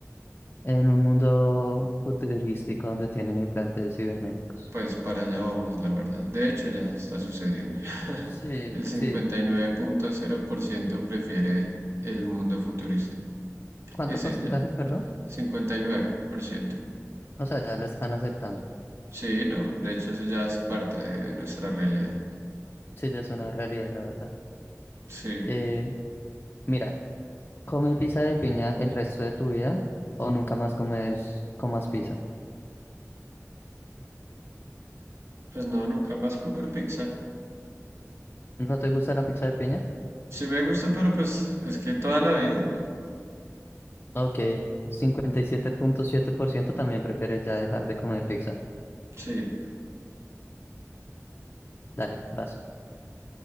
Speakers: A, on the left (about 35°); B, on the right (about 55°).
A: En un mundo futurístico donde tienen implantes cibernéticos.
B: Pues para allá vamos, la verdad. De hecho, ya está sucediendo.
A: Sí,
B: <laughs> El cincuenta
A: sí,
B: y nueve punto cero por ciento prefiere el mundo futurista.
A: ¿Cuánto
B: Y sí,
A: porcentaje,
B: ya,
A: perdón?
B: 59%.
A: O sea, ya lo están aceptando.
B: Sí, no, de hecho eso ya hace parte de nuestra realidad.
A: Sí, ya es una realidad, la verdad.
B: Sí,
A: Eh, mira, come pizza de piña el resto de tu vida o nunca más comes, comas pizza.
B: pues no, nunca más comer pizza.
A: ¿No te gusta la pizza de piña?
B: Sí me gusta, pero pues es que toda la vida, no.
A: Ok, 57.7% también prefiere ya dejar de comer pizza.
B: Sí,
A: Dale, vas.